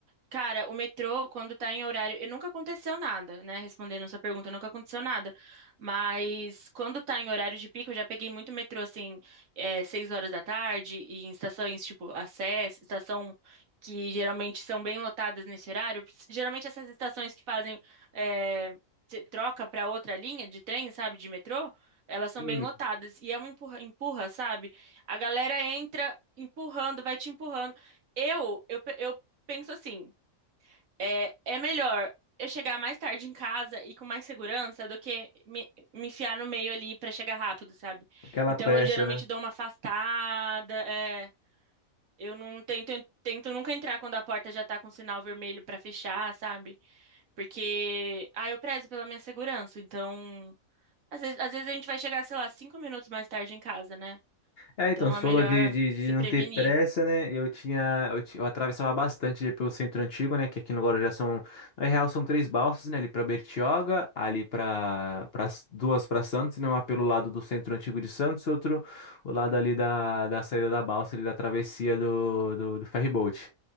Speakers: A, on the right (about 70°); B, on the left (about 50°).
A: Cara, o metrô, quando tá em horário, e nunca aconteceu nada, né? Respondendo essa pergunta, nunca aconteceu nada. Mas quando tá em horário de pico, eu já peguei muito metrô, assim, é, seis horas da tarde, e em estações tipo Acess, estação que geralmente são bem lotadas nesse horário. Geralmente essas estações que fazem é, se- troca pra outra linha de trem, sabe, de metrô, elas são
B: Hum.
A: bem lotadas. E é uma empurra, empurra, sabe? A galera entra empurrando, vai te empurrando. Eu, eu, pe- eu penso assim. É, é melhor eu chegar mais tarde em casa e com mais segurança do que me, me enfiar no meio ali pra chegar rápido, sabe?
B: Aquela
A: Então
B: pressa,
A: eu geralmente
B: né?
A: dou uma afastada, é, eu não tento, tento nunca entrar quando a porta já tá com sinal vermelho pra fechar, sabe? Porque, ah, eu prezo pela minha segurança, então às vezes, às vezes a gente vai chegar, sei lá, cinco minutos mais tarde em casa, né?
B: É,
A: Então
B: então, você
A: é
B: falou
A: melhor
B: de, de, de
A: se prevenir.
B: não ter pressa, né? Eu tinha, eu, ti- eu atravessava bastante ali pelo centro antigo, né? Que aqui no Guarujá são, na real, são três balsas, né? Ali pra Bertioga, ali pra, pra duas pra Santos, né? Uma pelo lado do centro antigo de Santos, outro o lado ali da, da saída da balsa, ali da travessia do, do, do ferryboat.